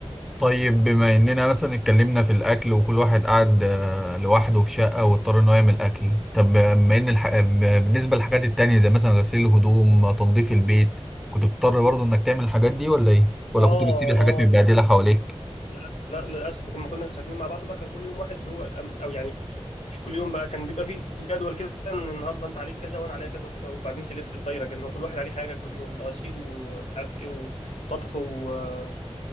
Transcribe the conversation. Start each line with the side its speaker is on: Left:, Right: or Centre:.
Centre: طيب بما اننا مثلا اتكلمنا في الاكل وكل واحد قعد آه، لوحده في شقه واضطر ان هو يعمل اكل طب بما ان الح... بالنسبه للحاجات التانية زي مثلا غسيل الهدوم تنظيف البيت كنت بتضطر برضه انك تعمل الحاجات دي ولا ايه ولا
Left: اه
Centre: كنت بتسيب الحاجات
Left: اه
Centre: متبهدله
Left: للاسف
Centre: حواليك
Left: للاسف لا للاسف وكنا كنا ساكنين مع بعض بقى كان كل يوم واحد هو او يعني مش كل يوم بقى كان بيبقى فيه جدول كده ان النهارده انت عليك كذا وانا عليا كذا وكده وبعدين تلف الدايره كان هو كل واحد عليه حاجه كل يوم غسيل ومش عارف ايه وطبخ ونشر